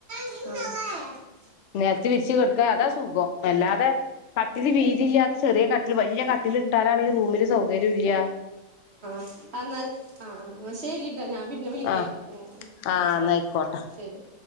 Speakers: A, on the right; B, on the left.
A: ആ
B: നെലത്ത് വിരിച്ച് കെട്ക്ക അതാ സുഖം അല്ലാതെ കട്ടില് വീതില്ലാത്ത ചെറിയ കട്ടില് വല്ല്യാ കട്ടിലിട്ടാലാണെ റൂമില് സൗകര്യൊല്ലാ
A: ആ ന്നാല് ആ ശരിട്ടൊ ഞാന് പിന്നെ വിളിക്ക
B: ആഹ്
A: ഉം
B: ആഹ്
A: ആ
B: ന്നാ
A: ഓക്കെ
B: ആയിക്കോട്ടെ
A: ശരി